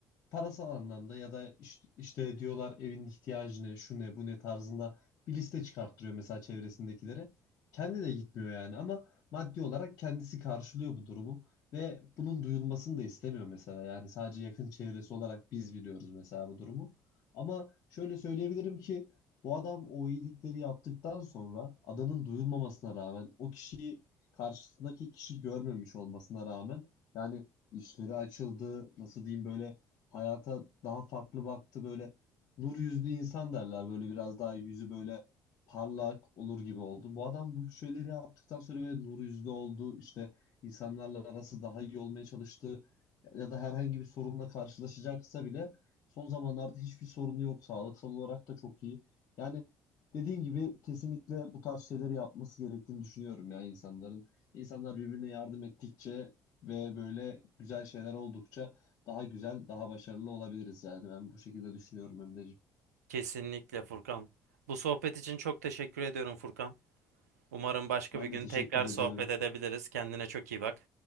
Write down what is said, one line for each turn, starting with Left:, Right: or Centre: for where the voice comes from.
Left: parasal anlamda ya da işte, işte diyorlar evin ihtiyacı ne, şu ne, bu ne tarzında bir liste çıkarttırıyor mesela çevresindekilere. Kendi de gitmiyor yani ama maddi olarak kendisi karşılıyor bu durumu ve bunun duyulmasını da istemiyor mesela. Yani sadece yakın çevresi olarak biz biliyoruz mesela bu durumu. Ama şöyle söyleyebilirim ki bu adam o iyilikleri yaptıktan sonra adanın duyulmamasına rağmen o kişiyi karşısındaki kişi görmemiş olmasına rağmen yani işleri açıldı nasıl diyeyim böyle hayata daha farklı baktı böyle nur yüzlü insan derler böyle biraz daha yüzü böyle parlak olur gibi oldu. Bu adam bu şeyleri yaptıktan sonra böyle nur yüzlü oldu işte insanlarla arası daha iyi olmaya çalıştı ya da herhangi bir sorunla karşılaşacaksa bile son zamanlarda hiçbir sorunu yok sağlıksal olarak da çok iyi. Yani dediğim gibi kesinlikle bu tarz şeyleri yapması gerektiğini düşünüyorum ya insanların. İnsanlar birbirine yardım ettikçe ve böyle güzel şeyler oldukça daha güzel, daha başarılı olabiliriz yani. Ben bu şekilde düşünüyorum Emre'ciğim.
Right: Kesinlikle Furkan. Bu sohbet için çok teşekkür ediyorum Furkan. Umarım başka
Left: Ben
Right: bir gün
Left: de teşekkür
Right: tekrar
Left: ederim.
Right: sohbet edebiliriz. Kendine çok iyi bak.